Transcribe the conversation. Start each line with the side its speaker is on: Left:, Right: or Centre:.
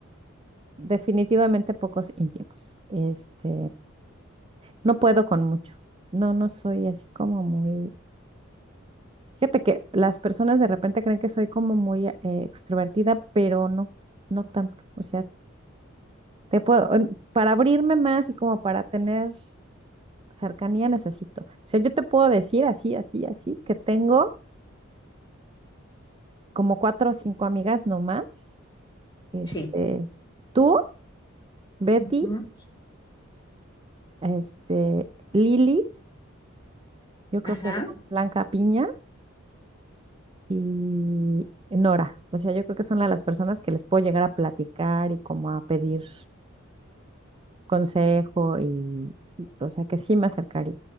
Right: Definitivamente pocos íntimos. Este, no puedo con mucho. No, no soy así como muy... Fíjate que las personas de repente creen que soy como muy eh, extrovertida, pero no, no tanto. O sea, Te puedo, en- para abrirme más y como para tener cercanía necesito. O sea, yo te puedo decir así, así, así, que tengo como cuatro o cinco amigas nomás. Este,
Left: Sí.
Right: tú, Betty,
Left: Ujú.
Right: este, Lili, yo
Left: Ajá.
Right: creo que Bla- Blanca Piña y Nora. O sea, yo creo que son la- las personas que les puedo llegar a platicar y como a pedir consejo y, y, o sea, que sí me acercaría.